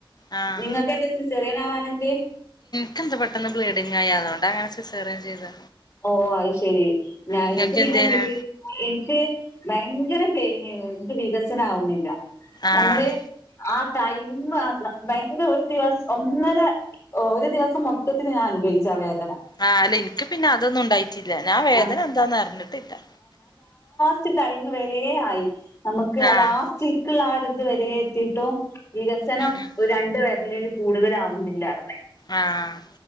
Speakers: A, on the left; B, on the left.
A: ആഹ്
B: നിങ്ങക്ക് എന്തേ സിസേറിയൻ ആവാനെന്തേ?
A: ക്കെന്താ പെട്ടെന്ന് ബ്ലീഡിങ് ആയി. അതോണ്ടങ്ങനെ സിസേറിയൻ ചെയ്ത്.
B: ഓഹ് അത് ശരി. ഞാ
A: ഇങ്ങക്കെന്തേനു
B: ഇൻക്ക് പിന്നെ ബ്ലീ ഇൻക്ക് ഭയങ്കര പെ യ്നേന്നു. ൻക്ക് വികസനാവ്ന്നില്ല
A: ആഹ്
B: നമ്മള് ആ ടൈമ്മ് ആഹ് ന ഭയങ്കര ഒരു ദിവസ ഒന്നര ഒ ഒരു ദിവസം മൊത്തത്തില് ഞാ അനുഭവിച്ചാ വേദ
A: ആഹ് അല്ല ഇൻക്ക് പിന്നെ അതൊന്നും ഉണ്ടായിട്ടില്ല ഞാൻ വേദന
B: ആ
A: എന്താന്ന് അറിഞ്ഞിട്ടില്ലാ
B: ച്ച് ടൈമ് വരേ ആയി നമുക്ക് ആ
A: ആഹ്
B: ലാസ്റ്റ്ക്ക്ള്ള ആ ഒര് ഇത് വരേ എത്തീട്ടും വികസനം
A: ഉം ഉം
B: ഒരു രണ്ട് വെരലില് കൂടുതല് ആവുന്നില്ലാറിഞ്ഞ്
A: ആ ആഹ്